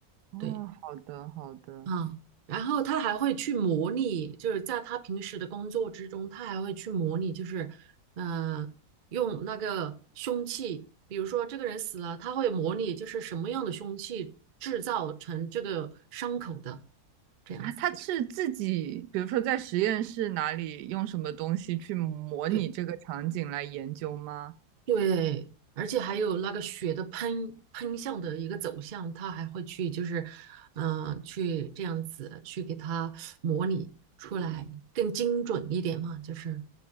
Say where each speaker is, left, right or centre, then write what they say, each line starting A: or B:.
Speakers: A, on the right (about 85°); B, on the right (about 50°).
A: 哦，
B: 对，
A: 好的好的
B: 嗯，然后他还会去模拟，就是在他平时的工作之中，他还会去模拟，就是呃，用那个凶器，比如说这个人死了，他会模拟就是什么样的凶器制造成这个伤口的这样子。
A: 啊，他是自己，比如说在实验室哪里用什么东西去模拟这个场景来研究吗？
B: 对对，而且还有那个血的喷喷向的一个走向，他还会去就是嗯、呃去这样子去给他模拟出来，更精准一点嘛，就是。